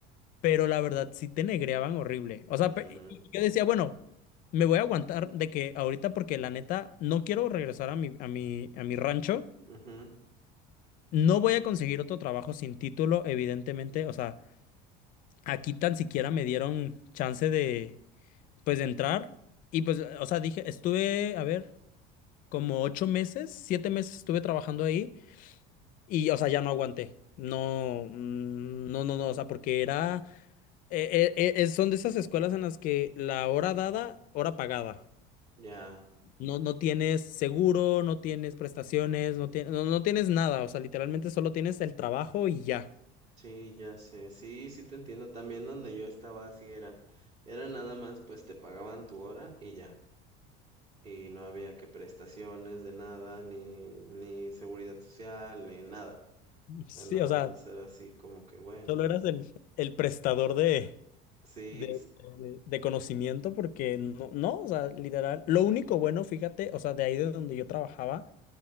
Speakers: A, on the left; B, on the right.
A: pero la verdad sí te negreaban horrible. O sea,
B: Mm,
A: pe- y- y yo decía, bueno, me voy a aguantar de que ahorita porque la neta no quiero regresar a mi a mi a mi rancho.
B: ujú,
A: No voy a conseguir otro trabajo sin título, evidentemente, o sea, aquí tan siquiera me dieron chance de pues de entrar y pues o sea, dije, estuve, a ver, como ocho meses, siete meses estuve trabajando ahí y o sea, ya no aguanté. No, mm, no, no, no, o sea, porque era Eh, eh, eh, son de esas escuelas en las que la hora dada, hora pagada.
B: ya,
A: No, no tienes seguro, no tienes prestaciones, no, tie- no, no tienes nada. O sea, literalmente solo tienes el trabajo y ya.
B: sí, ya sé, sí, sí te entiendo, también donde yo estaba así era, era nada más pues te pagaban tu hora y ya, y no había que prestaciones de nada, ni, ni seguridad social, ni nada,
A: <laughs> Sí,
B: o sea, nada
A: o sea,
B: más era así como que bueno,
A: solo eras el, el prestador de,
B: sí,
A: de,
B: s-
A: de- de conocimiento porque no, no, o sea, literal. Lo único bueno, fíjate, o sea, de ahí de donde yo trabajaba,